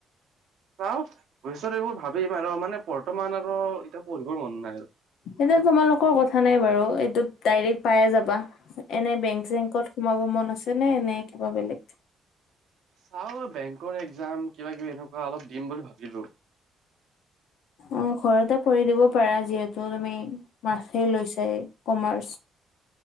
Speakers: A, on the right; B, on the left.
A: চাও পিছত এইবোৰ ভাবিম আৰু মানে বৰ্তমান আৰু এতিয়া পঢ়িব মন নাই আৰু।
B: হ'লেও তোমালোকৰ কথা নাই বাৰু, এইটো ডাইৰেক্ট পাইে যাবা, এনে বেংক-চেংকত সোমাব মন আছেনে নে কিবা বেলেগ?
A: চাও বেংকৰ এক্সাম কিবা কিবি এনেকুৱা অলপ দিম বুলি ভাবিলো।
B: অঁ ঘৰতে কৰি দিব পাৰা যিহেতু তুমি, মাষ্টলৈছাই কমাৰ্চ